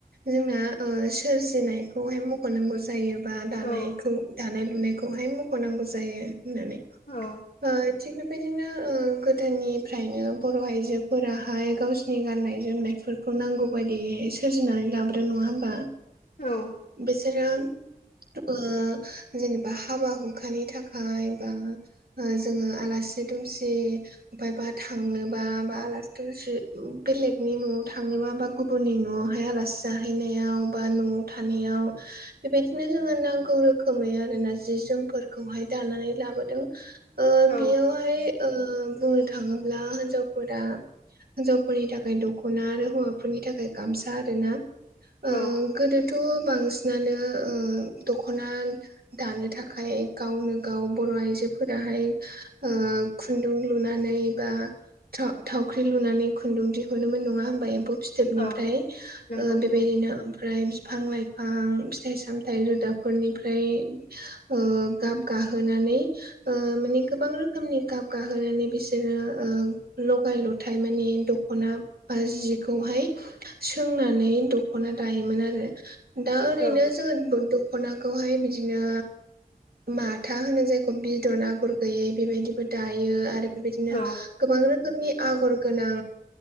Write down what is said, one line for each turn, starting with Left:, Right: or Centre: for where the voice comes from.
Right: जोंना ओ सोरजिनायखौहाय मख'नांगौ जायो। ओ दानायखौ
Left: औ
Right: दानाय लुनायखौहाय मख'नांगौ जायो होननानै
Left: औ
Right: ओ। थिग बेबायदिनो ओ गोदोनिफ्रायनो बर' आइजोफोराहाय गावसिनि गाननाय जोमनायफोर खौ नांगौ बायदि सोरजिनानै लाब्रो नङा होमबा
Left: औ
Right: बिसोरो ओ जेनेबा हाबा हुखानि थाखाय बा ओ जोङो आलासि दुमसि बायबा थांनोबा बा आलासि दुमसि बेलेगनि न'आव थांनोबा बा गुबुननि न'आवहाय आलासि जाहैनायाव बा न'आव थानायाव बेबायदिनो जोङो नांगौ रोखोमै आरोना जि जोमफोरखौहाय दानानै लाबोदों। ओ
Left: औ
Right: बेयावहाय ओ बुंनो थाङोब्ला हिन्जावफोरा हिनजावफोरनि थाखाय दख'ना आरो हौवाफोरनि थाखाय गामसा आरोना।
Left: औ
Right: ओ गोदोथ' बांसिनानो ओ दखना दानो थाखाय गावनो गाव बर' आइजोफोराहाय ओ खुन्दुं लुनानै बा था-थावख्रि लुनानै खुन्दुं दिहुनोमोन नङा होमबा एम्फौ फि थोबनिफ्राय
Left: औ नंगौ
Right: ओ
Left: नंगौ
Right: बेबायदिनो ओमफ्राय बिफां लाइफ फां फिथाइ सामथाइ रोदाफोरनिफ्राय ओ गाब गाहोनानै ओ माने गोबां रोख रोखोमनि गाब गाहोनानै बिसोरो ओ लगाय लथाय माने दख'ना बा जिखौहाय सोंनानै दख'ना दायोमोन आरो। दा ओरैनो
Left: औ
Right: जोङो दख'नाखौहाय बिदिनो माथा होनो जायखौ बिदन आगर गैयै। बेबायदिबो दायो आरो बेबायदिनो
Left: औ
Right: गोबां रोखोमनि आगर गोनां